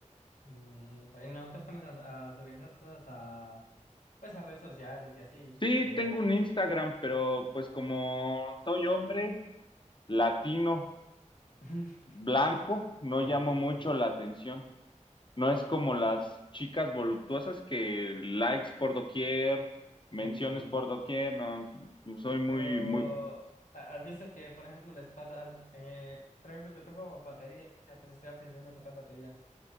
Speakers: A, on the left; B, on the left.
A: Mm, pues, ¿no te pones a, a subir esas cosas a, pues, a redes sociales y así?
B: Sí,
A: O...
B: tengo un Instagram, pero pues como soy hombre latino,
A: <laughs>
B: blanco, no
A: Sí,
B: llamo
A: sí,
B: mucho
A: sí,
B: la atención. No es como las chicas voluptuosas que likes por doquier, menciones
A: sí, sí.
B: por doquier, no, soy muy,
A: Pero
B: muy,
A: ¿ha- has visto que, por ejemplo, les pasa, eh, por ejemplo, yo toco batería, pues estoy aprendiendo a tocar batería